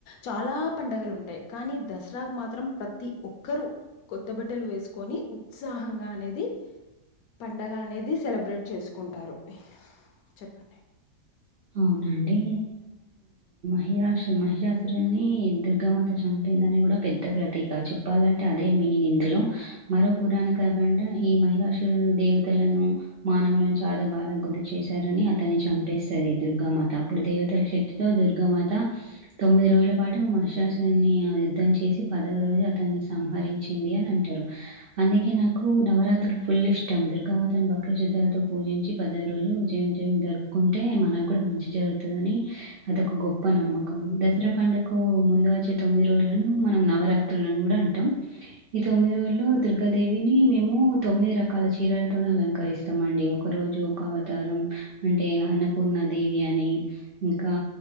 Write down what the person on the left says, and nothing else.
చాలా పండగలు ఉంటాయి. కానీ దసరాకు మాత్రం, ప్రతి ఒక్కరు కొత్త బట్టలు వేసుకొని, ఉత్సాహంగా అనేది పండగ అనేది సెలబ్రేట్ చేసుకుంటారు. చెప్పండి